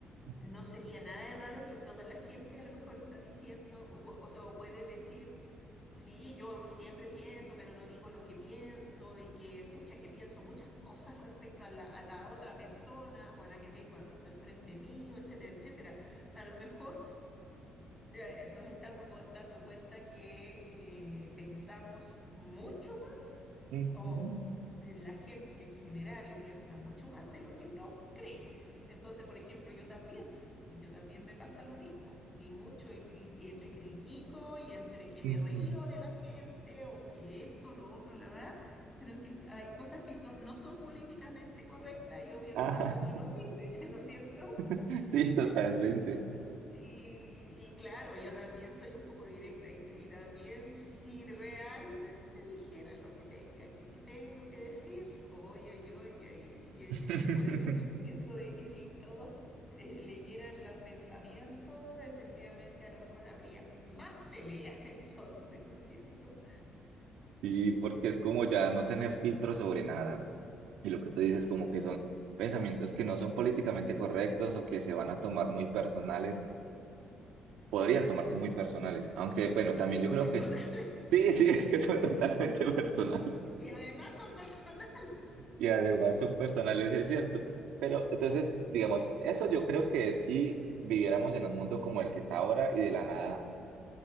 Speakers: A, on the right; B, on the left.
A: <laughs>
B: no sería nada de raro que toda la gente a lo mejor está diciendo, o, pu- o sea, o puede decir, sí, yo siempre pienso, pero no digo lo que pienso y que, pucha, que pienso muchas cosas respecto a la, a la otra persona o a la que tengo al frente mío, etcétera, etcétera. A lo mejor ya, eh, nos estamos do- dando cuenta que eh, pensamos mucho más,
A: Ujú,
B: o eh, la gente en general piensa mucho más de lo que uno cree. Entonces, por ejemplo, yo también, si yo también me pasa lo mismo, y mucho, y, y- y entre critico y entre que me
A: ujú.
B: río de la gente, o que esto, lo otro, la verdad. Pero es que hay cosas que son, no son políticamente correctas y obviamente
A: Ajá,
B: uno no los dice, <laughs> ¿no es cierto?
A: <laughs> sí, totalmente.
B: Y, y- y claro, yo también soy un poco directa y, y también si realmente dijera lo que tenga que, que tengo que decir, oye, oye, oye, ahí sí que,
A: <laughs>
B: por eso es que yo pienso de que si todos le- leyeran los pensamientos, efectivamente a lo mejor habría más peleas <laughs> entonces, ¿no es cierto?
A: Sí, porque es como ya no tener filtro sobre nada. Y lo que tú dices,
B: Mm.
A: como que son pensamientos que no son políticamente correctos o que se van a tomar muy personales, podrían tomarse muy personales. Aunque, bueno,
B: Y
A: también
B: que son
A: yo creo
B: personales,
A: que Sí, sí, es que son totalmente personales.
B: <laughs> y además son personales.
A: Y además son personales, es cierto. Pero entonces, digamos, eso yo creo que si viviéramos en un mundo como el que está ahora y de la nada